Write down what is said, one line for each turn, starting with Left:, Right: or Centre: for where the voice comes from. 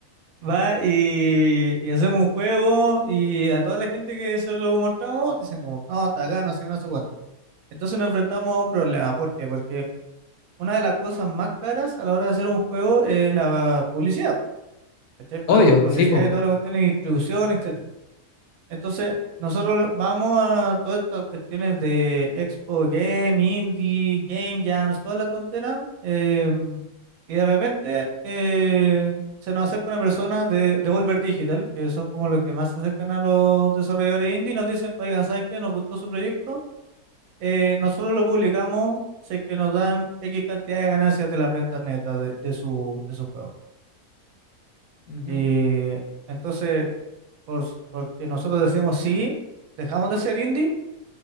Right: Va y, y hacemos un juego y a toda la gente que se lo mostramos dicen como, no, está acá, no sé qué, no sé cuánto. Entonces nos enfrentamos a un problema. ¿Por qué? Porque una de las cosas más caras a la hora de hacer un juego es la publicidad. ¿Cachai? Pagar
Left: Obvio,
Right: por publicidad
Left: sí, po.
Right: y toda la cuestión de distribución, etc. Entonces, nosotros vamos a todas estas cuestiones de Expo Game, Indie, Game Jams, toda la tontera, eh, y de repente eh, se nos acerca una persona de, de Volver Digital, que son como los que más se acercan a los desarrolladores indie, y nos dicen, oigan, ¿saben qué? Nos gustó su proyecto, eh, nosotros lo publicamos, sé que nos dan X cantidad de ganancias de las ventas netas de, de su, de su juego.
Left: Ujú.
Right: Y entonces, por, porque nosotros decimos sí, dejamos de ser indie